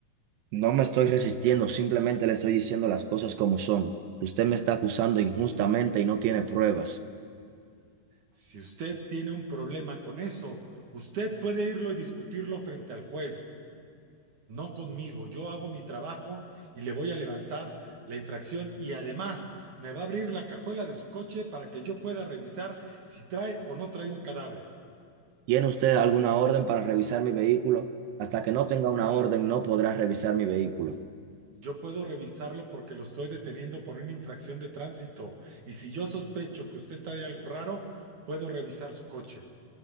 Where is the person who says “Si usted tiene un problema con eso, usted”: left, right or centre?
Right